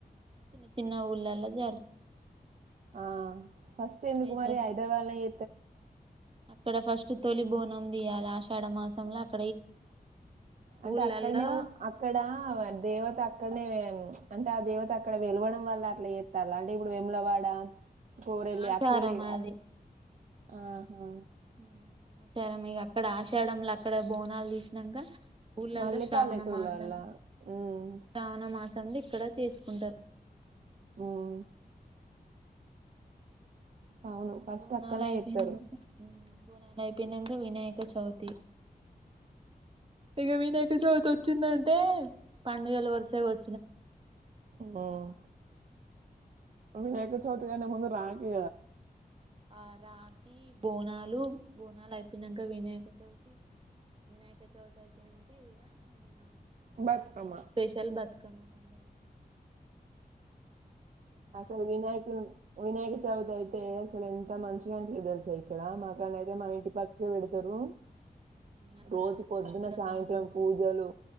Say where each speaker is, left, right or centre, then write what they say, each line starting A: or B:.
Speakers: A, on the right; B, on the right.
A: చిన్న చిన్న ఊర్లలా జరుపుకుంటారు
B: ఆ ఫస్ట్ ఎందుకు
A: అయితే
B: మారి హైదరాబాద్ లో ఎత్ త ఎకువ
A: అక్కడ ఫస్ట్ తొలి బోనం దియాల, ఆషాఢమాసంలో అక్కడ వేసుకుంటారు
B: అంటే
A: ఊళ్ళలో
B: అక్కడనే అక్కడ దేవత అక్కడనే అంటే ఆ దేవత అక్కడ వెలవడం వల్ల అట్లా ఎస్తాల అంటే ఇప్పుడు వెములవాడా కోరలి
A: ఆచారం
B: అట్లలే
A: అది
B: ఆహా
A: <unintelligible> అక్కడ ఆషాడంలో అక్కడ బోనాలు తీసినాక పూలల్లో
B: మళ్ళీ
A: శ్రావణ
B: పల్లెటూర్లల్ల
A: మాసం
B: ఉమ్
A: శ్రావణ మాసం తాంది ఇక్కడ చేసుకుంటారు బోనాలు
B: ఉమ్ అవును ఫస్ట్
A: భోనాలఅయిపోయేనా
B: అక్కనే చేత్తరు
A: వరకు భోనాలు అయిపోయినాంక వినాయక చవితి, ఇక వినాయక చవితి వచ్చిందంటే పండుగల వరుసగా వచ్చినట్టే
B: మ్ వినాయక చతుగానే ముందు నాక్కే కదా
A: ఆ రాగి బోనాలు, బోనాలు అయిపోయినాక వినాయక చవితి, వినాయక చవితి అయిపోయినాక ఇక మన
B: బతుకమ్మ
A: తెలంగాణ స్పెషల్ బ క్కమ పండుగా
B: అసలు వినాయక వినాయక చవితి అయితే అసలు ఎంత మంచిగాని తెలుసా ఇక్కడ మా అయితే మంటి పక్క ద్దరు
A: అన్నదాన
B: రోజు పొద్దున
A: కార్యక్రమాలు
B: సాయంత్రం పూజలు